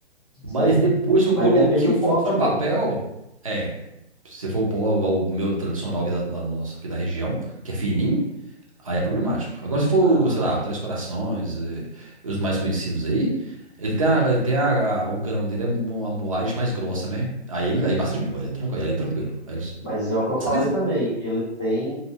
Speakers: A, on the right; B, on the left.
A: Mas
B: sei.
A: depois que eu
B: Mas
A: coloquei
B: depende do
A: o
B: pó
A: filtro
B: também.
A: de papel, é. Se for o pó igual o meu tradicional aqui da, da- nosso aqui da região, que é fininho, aí é problemático. Agora, se for,
B: Aham.
A: sei lá, o Três Corações, eh, os mais conhecidos aí, ele tem, a- ele tem a- a- o grão dele é mo- uma moagem mais grossa, né? Aí ele aí passa de boa, aí tranquilo, aí tranquilo. Aí eles
B: Mas é o que eu falei
A: são lisinhos.
B: também. Ele tem